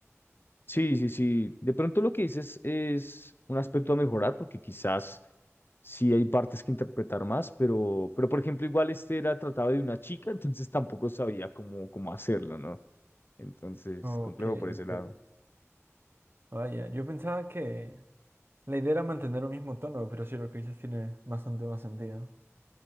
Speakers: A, on the left (about 45°); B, on the right (about 45°).
A: Sí, sí, sí. De pronto lo que dices es un aspecto a mejorar, porque quizás sí hay partes que interpretar más, pero, pero por ejemplo, igual este era tratado de una chica, entonces tampoco sabía cómo, cómo hacerlo, ¿no? Entonces,
B: Ok,
A: complejo por
B: ok.
A: ese lado.
B: Vaya, yo pensaba que la idea era mantener un mismo tono, pero sí lo que dices tiene bastante más sentido.